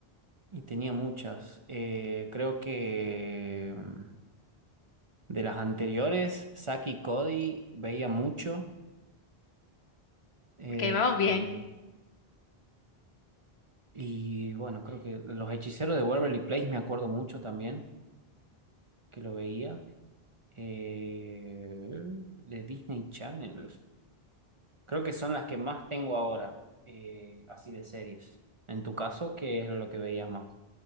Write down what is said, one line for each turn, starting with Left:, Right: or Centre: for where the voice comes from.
Right: Y tenía muchas. Eh, creo que mm, de las anteriores, Zack y Cody veía mucho. Eh,
Left: Ok, vamos bien.
Right: eh, y bueno, creo que Los Hechiceros de Waverly Place me acuerdo mucho también, que lo veía. Eh, de Disney Channel. Creo que son las que más tengo ahora, eh, así de series. En tu caso, ¿qué es lo que veías más?